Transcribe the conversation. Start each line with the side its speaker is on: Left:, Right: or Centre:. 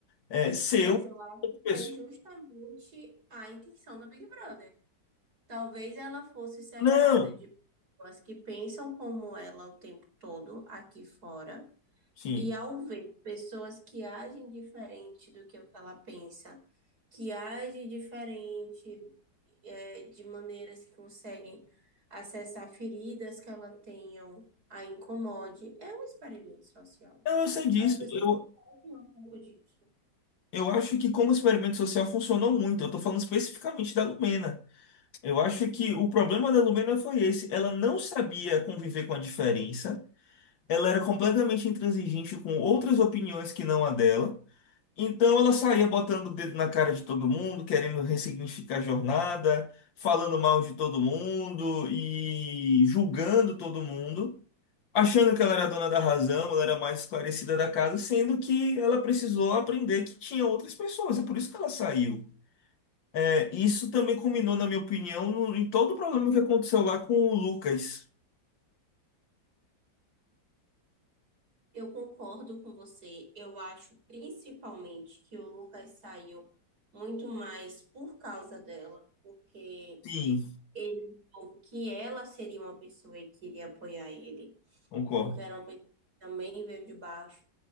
Left: é, seu.
Right: mas eu acho
Left: Pessoa-
Right: que é justamente a intenção do Big Brother. Talvez ela fosse cercada
Left: Não,
Right: de pessoas que pensam como ela o tempo todo aqui fora,
Left: Sim.
Right: e ao ver pessoas que agem diferente do que o que ela pensa, que agem diferente, é, de maneiras que conseguem acessar feridas que ela tenham, a incomode, é um experimento social.
Left: Não, eu sei disso.
Right: As pessoas
Left: Eu,
Right: fazem um pouco disso.
Left: eu acho que como experimento social funcionou muito. Eu tô falando especificamente da Lumena. Eu acho que o problema da Lumena foi esse. Ela não sabia conviver com a diferença. Ela era completamente intransigente com outras opiniões que não a dela. Então ela saía botando o dedo na cara de todo mundo, querendo ressignificar a jornada, falando mal de todo mundo e julgando todo mundo. achando que ela era dona da razão, ela era mais esclarecida da casa, sendo que ela precisou aprender que tinha outras pessoas, é por isso que ela saiu. É, isso também culminou, na minha opinião, no- em todo o problema que aconteceu lá com o Lucas.
Right: Eu concordo com você. Eu acho principalmente que o Lucas saiu muito mais por causa dela, porque
Left: Sim,
Right: ele achou que ela seria uma pessoa que iria apoiar ele,
Left: concordo.
Right: porque era uma pessoa que também veio de baixo,